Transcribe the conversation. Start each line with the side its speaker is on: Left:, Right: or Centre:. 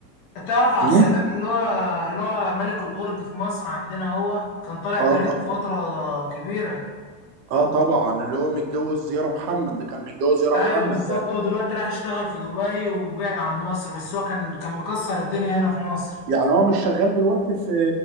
Left: تعرف عبد
Right: مهم.
Left: السلام اللي هو اللي هو ملك الاورج في مصر عندنا هو كان طالع
Right: اه
Left: ترند
Right: طبعا
Left: فتره كبيره
Right: اه طبعا اللي هو متجوز يارا محمد اللي كان متجوز يارا
Left: ايوه
Right: محمد
Left: بالظبط هو دلوقتي راح يشتغل في دبي وبعد عن مصر بس هو كان كان مكسر الدنيا هنا في مصر
Right: يعني هو مش شغال دلوقتي في